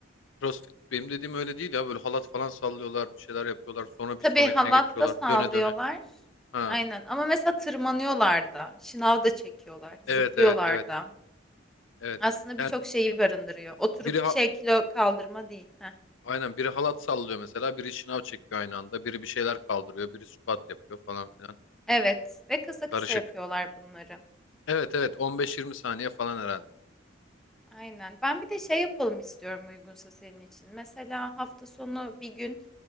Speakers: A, on the left (about 75°); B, in the centre.
A: CrossFit benim dediğim öyle değil ya. Böyle halat falan sallıyorlar, bir şeyler yapıyorlar. Sonra
B: Tabii
A: bir sonrakine
B: halat
A: geçiyorlar.
B: da sağlıyorlar.
A: Döne döne. Ha.
B: Aynen ama mesela tırmanıyorlar da, şınav da çekiyorlar, zıplıyorlar
A: Evet, evet, evet,
B: da.
A: evet.
B: Aslında
A: Yani
B: birçok şeyi barındırıyor. Oturup
A: biri ha-
B: şey kilo kaldırma değil. Heh.
A: Aynen biri halat sallıyor mesela, biri şınav çekiyor aynı anda, biri bir şeyler kaldırıyor, biri squat yapıyor falan filan.
B: Evet ve kısa
A: Karışık.
B: kısa yapıyorlar bunları.
A: Evet evet 15-20 saniye falan herhalde.
B: Aynen. Ben bir de şey yapalım istiyorum uygunsa senin için. Mesela hafta sonu bir gün